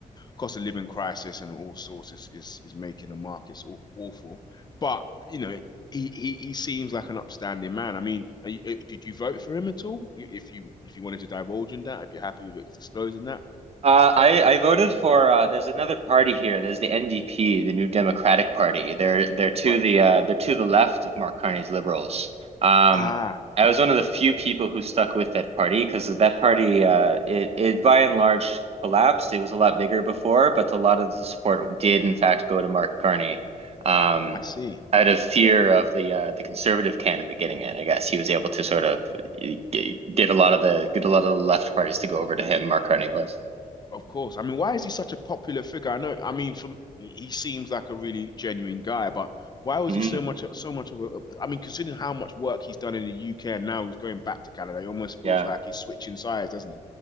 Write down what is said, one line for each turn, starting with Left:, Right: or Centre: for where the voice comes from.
Left: cost of living crisis and all sorts is is, is making the markets awful. But you know, he, he he seems like an upstanding man. I mean, are you, uh, did you vote for him at all? If you if you wanted to divulge in that, if you're happy with it disclosing that,
Right: Uh, I I voted for uh, there's another party here. There's the NDP, the New Democratic Party. They're they're to
Left: right?
Right: the uh, they're to the left of Mark Carney's Liberals. Um,
Left: Ah,
Right: I was one of the few people who stuck with that party because that party uh, it it by and large collapsed. It was a lot bigger before, but a lot of the support did in fact go to Mark Carney. Um,
Left: I see.
Right: out of fear of the uh, the conservative candidate getting in, I guess he was able to sort of uh, get get a lot of the get a lot of the left parties to go over to him. Mark Carney was.
Left: Of course. I mean, why is he such a popular figure? I know. I mean, from he he seems like a really genuine guy, but why was
Right: hmm
Left: he so much so much of a? I mean, considering how much work he's done in the UK and now he's going back to Canada, he almost feels
Right: Yeah.
Left: like he's switching sides, doesn't he?